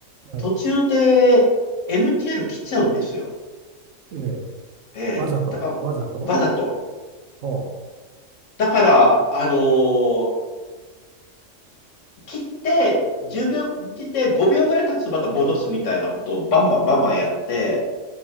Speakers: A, on the right; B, on the left.
A: はい、
B: 途中で MTR 切っちゃうんですよ。
A: えー
B: ええ。
A: わざと、
B: だから、
A: わざと、
B: わざと。
A: ほ
B: だから、あのー切って、10秒切って5秒ぐらい経つとまた戻すみたいなことをバンバンバンバンやって、